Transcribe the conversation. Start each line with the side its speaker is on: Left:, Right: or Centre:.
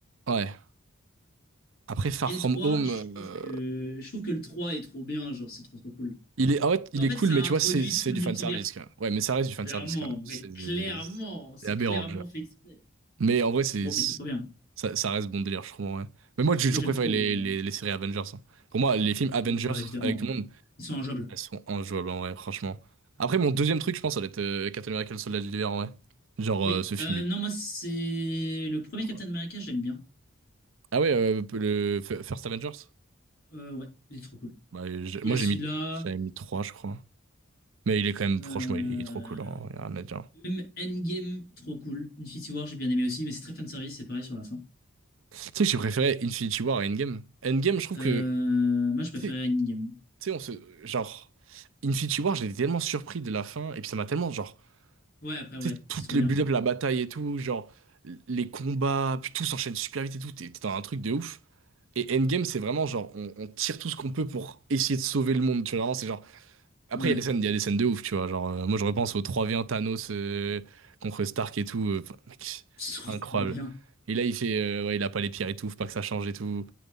Right: Ouais. Après, Far
Left: Et
Right: From
Left: le 3
Right: Home,
Left: je trouve
Right: euh,
Left: que je trouve que le 3 est trop bien, genre, c'est trop trop cool.
Right: il est, ah ouais, il
Left: En
Right: est
Left: fait,
Right: cool,
Left: ça
Right: mais
Left: a
Right: tu
Left: introduit
Right: vois, c'est c'est
Left: tout le
Right: du
Left: multivers.
Right: fanservice, quand même. Ouais, mais ça reste du fanservice,
Left: Clairement,
Right: quand même.
Left: mais
Right: C'est des-
Left: clairement, c'est
Right: c'est aberrant,
Left: clairement
Right: déjà.
Left: fait. exprès.
Right: Mais en vrai,
Left: C'est
Right: c'est,
Left: trop, mais
Right: c'est-
Left: c'est trop bien.
Right: ça, ça reste bon délire, je trouve, ouais. Mais moi, j'ai
Left: Moi,
Right: toujours
Left: j'aime
Right: préféré
Left: trop.
Right: les,
Left: euh.
Right: les, les séries Avengers. hein. Pour moi, les films Avengers,
Left: Oui, bah évidemment.
Right: avec tout le monde,
Left: Ils sont injouables.
Right: elles sont injouables, en vrai, franchement. Après, mon deuxième truc, je pense, ça va être euh, Captain America, le soldat de l'hiver, en vrai. Genre,
Left: Oui,
Right: euh, ce film,
Left: euh,
Right: il
Left: non, moi, c'est le premier
Right: est trop
Left: Captain
Right: bien.
Left: America, j'aime bien.
Right: Ah ouais, euh, le F- First Avengers?
Left: Euh, ouais, il est trop cool.
Right: Ouais, j'ai-
Left: Il
Right: moi,
Left: y a celui-là.
Right: j'ai mis, j'avais mis trois je crois. Mais il est quand même,
Left: euh,
Right: franchement, il est, il est trop cool, hein, y a rien à dire.
Left: Même Endgame, trop cool. Infinity War, j'ai bien aimé aussi, mais c'est très fanservice, c'est pareil sur la fin.
Right: Tu sais que j'ai préféré Infinity War à Endgame. Endgame, je trouve
Left: Euh,
Right: que, tu
Left: Moi, je préférais
Right: sais,
Left: Endgame.
Right: tu sais, on se, genre, Infinity War, j'étais tellement surpris de la fin, et puis ça m'a tellement, genre,
Left: Ouais, après, ouais,
Right: tu sais, tout
Left: c'est trop
Right: le
Left: bien.
Right: build-up, la bataille et tout, genre, les combats, puis tout s'enchaîne super vite et tout, t'es t'es dans un truc de ouf. Et Endgame, c'est vraiment, genre, on, on tire tout ce qu'on peut pour essayer de sauver le monde, tu vois, vraiment, c'est genre, Après,
Left: Ouais,
Right: il y a des scènes, il y a des scènes de ouf, tu vois. Genre, euh, moi, je repense au 3v1 Thanos euh, contre Stark et tout. euh, enfin, mec,
Left: <laughs> c'est
Right: c'est
Left: trop
Right: incroyable.
Left: bien.
Right: Et là, il fait, euh, ouais, il a pas les pierres et tout, faut pas que ça change et tout.